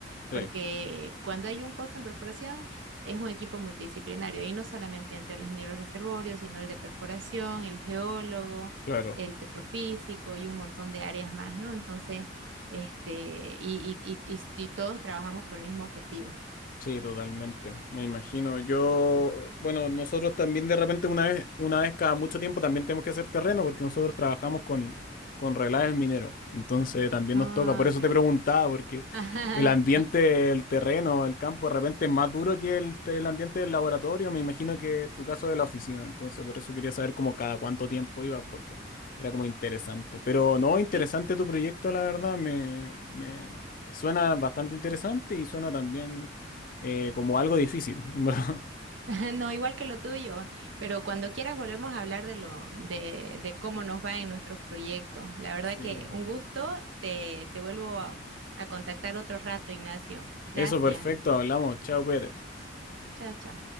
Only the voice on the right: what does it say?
porque
cuando hay un puesto en perforación es un equipo multidisciplinario y no solamente entre el ingeniero reservorio, sino el de perforación, el geólogo,
el petrofísico y un montón de áreas más, ¿no? Entonces, este, y, y y- y- y todos trabajamos por el mismo objetivo.
Ah,
ok.
Ajá.
Sí,
<laughs> no, igual que lo tuyo, pero cuando quieras volvemos a hablar de lo, de, de cómo nos va en nuestros proyectos. La verdad
que un gusto, te, te vuelvo a, a contactar otro rato, Ignacio.
Gracias.
Chao, chao.